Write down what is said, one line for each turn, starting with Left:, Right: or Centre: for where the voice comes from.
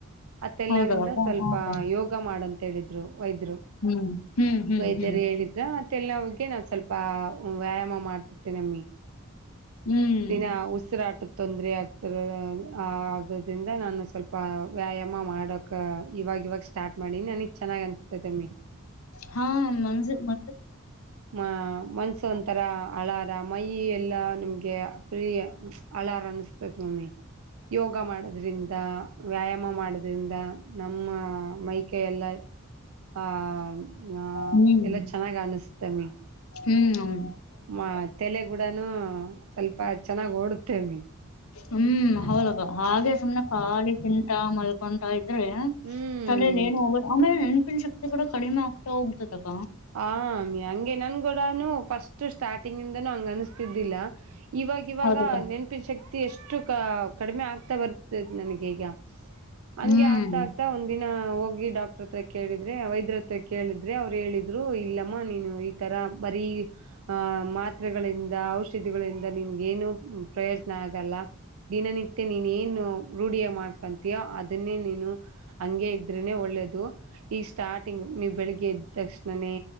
Right: ಆ ತಲೆ
Left: ಹೌದ
Right: ನೋವಿಂದ
Left: ಅಕ್ಕ
Right: ಸ್ವಲ್ಪ
Left: ಹಾ ಅಕ್ಕ
Right: ಯೋ ಯೋಗ ಮಾಡಂತ ಹೇಳಿದ್ರು ವೈದ್ಯರು
Left: ಹ್ಮ್ ಹ್ಮ್ ಹ್ಮ್
Right: ವೈದ್ಯರು
Left: ಹ್ಮ್
Right: ಹೇಳಿದ್ರ. ತಲೆ ನೋವಿಗೆ ನಾನ್ ಸ್ವಲ್ಪ್ ವ್ಯಾಯಾಮ ಮಾಡ್ತಿರನಮ್ಮಿ.
Left: ಹ್ಮ್
Right: ದಿನಾ ಉಸಿರಾಟದ ತೊಂದರೆ ಆಗ್ತದಲ್ಲ. ಆ ಆಗೋದ್ರಿಂದ ನಾನು ಸ್ವಲ್ಪ ವ್ಯಾಯಾಮ ಮಾಡೋಕ ಇವಾಗ ಇವಾಗ ಸ್ಟಾರ್ಟ್ ಮಾಡೀನಿ ನನಗೆ ಚೆನ್ನಾಗಿ ಅನಿಸುತ್ತೆ. ಅನಿಸುತ್ತೆ ಅಮ್ಮೀ.
Left: ಹಾ ಮಂಜು ಮ
Right: ಹ ಮನ್ಸಂತ. ತರ ಅಳಾರ ಮೈ ಎಲ್ಲ ನಿಮ್ಗೆ ಫ್ರೀ ಅಳಾರ ಅನಿಸತೈತಿ ಮಮ್ಮಿ. ಯೋಗ ಮಾಡೋದ್ರಿಂದ ವ್ಯಾಯಾಮ ಮಾಡೋದ್ರಿಂದ ನಮ್ಮ ಮೈ ಕೈ ಎಲ್ಲ. ಆ ಹ್ಹ್
Left: ಹ್ಮ್
Right: ಎಲ್ಲ ಚೆನ್ನಾಗ್ ಅನಿಸುತ್ತೆ ಮಮ್ಮಿ.
Left: ಹ್ಮ್ ಹ್ಮ.
Right: ಮ ತಲೆಗುಡನು ಸ್ವಲ್ಪ ಚೆನ್ನಾಗ್ ಓಡುತ್ತೇಮ್ಮಿ.
Left: ಹ್ಮ್ ಹೌದು ಹಾಗೆ ಸುಮ್ನೆ ಖಾಲಿ ತಿಂತಾ ಮಲ್ ಕೊಂತಾ ಇದ್ರೆ
Right: ಹ್ಮ್
Left: ತಲೇಲಿ ಏನ್ ಹೋಗೋದು ಆಮೇಲೆ ನೆನ್ಪಿನ ಶಕ್ತಿ. ಇದು ಕೂಡ ಕಡಿಮೆ ಆಗ್ತಾ ಹೋಗ್ತತಕ.
Right: ಹ್ ಹಂಗೆ ನನ್ಗೂಡನು ಫಸ್ಟ್ ಸ್ಟಾರ್ಟಿಂಗ್ ಇಂದನೂ ಹಂಗ ಅನಿಸತಿದ್ದಿಲ್ಲ. ಇವಾಗ ಇವಾಗ
Left: ಹೌದಕ್ಕ
Right: ನೆನಪಿನ ಶಕ್ತಿ ಎಷ್ಟು ಕ ಕಡಿಮೆ ಆಗ್ತಾ ಬರ್ತದೆ ನನಗೆ ಈಗ. ಹಂಗೆ
Left: ಹ್ಮ್
Right: ಆಗ್ತಾ ಆಗ್ತಾ ಒಂದ ಒಂದ್ ದಿನ ಹೋಗಿ ಡಾಕ್ಟರ್ ಹತ್ರ ಕೇಳಿದ್ರೆ ವೈದ್ಯರ ಹತ್ರ ಕೇಳಿದ್ರೆ ಅವ್ರು ಹೇಳಿದ್ರು. ದ್ರು ಇಲ್ಲಮ್ಮ ನೀನು ಈ ತರ ಬರೀ. ಹ ಮಾತ್ರೆಗಳಿಂದ ಔಷಧಿಗಳಿಂದ ನಿಮ್ಗೇನು ಪ್ರಯೋಜನ ಆಗಲ್ಲ. ದಿನನಿತ್ಯ ನೀನ್ ಏನು ರೂಢಿಯ ಮಾಡ್ಕೊತೀಯ ಅದನ್ನೇ ನೀನು. ಹಂಗೆ ಇದ್ರೆನೆ ಒಳ್ಳೇದು ಈ ಸ್ಟಾರ್ಟಿಂಗ್ ನೀವ ಬೆಳಿಗ್ಗೆ ಎದ್ದು ತಕ್ಷಣನೆ.